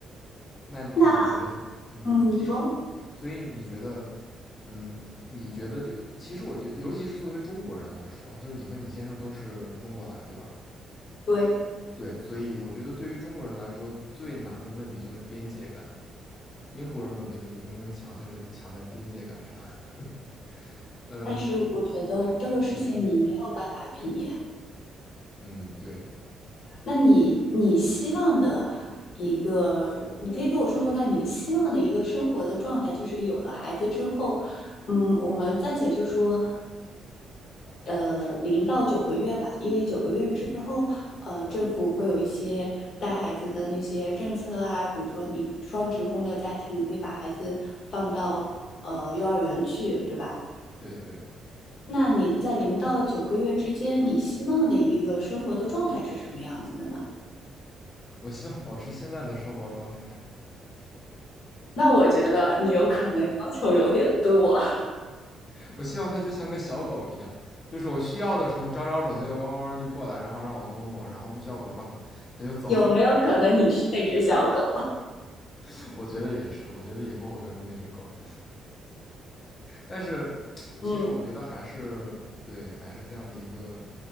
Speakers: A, on the left; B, on the left.
A: 那你觉得，
B: 那
A: 嗯，
B: 嗯，你说
A: 所以你觉得，嗯，你觉得就其实我觉得，尤其是作为中国人来说啊，就是你和你先生都是中国来，对吧？
B: 对，
A: 对，所以我觉得对于中国人来说，最难的问题就是边界感。英国人我觉得比中国人强，就是强在边界感上。<laughs> 呃，
B: 但是我觉得这个事情你没有办法避免。
A: 嗯嗯，对
B: 那你你希望的一个，你可以跟我说说看，你希望的一个生活的状态，就是有了孩子之后，嗯，我们暂且就说。呃零到九个月吧，因为九个月之后，呃，政府会有一些带孩子的那些政策啊，比如说你双职工的家庭可以把孩子放到呃幼儿园去，对吧？
A: 对对，
B: 那你在零到九个月之间，你希望的一个生活的状态是什么样子的呢？
A: 我希望保持现在的生活状态。
B: 那我觉得你有可能要求有点多，<laughs>
A: <laughs> 我希望它就像个小狗一样，就是我需要的时候招招手，它就汪汪汪就过来，然后让我摸摸，然后不需要滚吧，它就走。
B: 有没有可能你是那只小狗？
A: <laughs> 我觉得也是，我觉得以后我就是那只狗。但是 <tsk>
B: 嗯，
A: 其实我觉得还是对，还是这样的一个。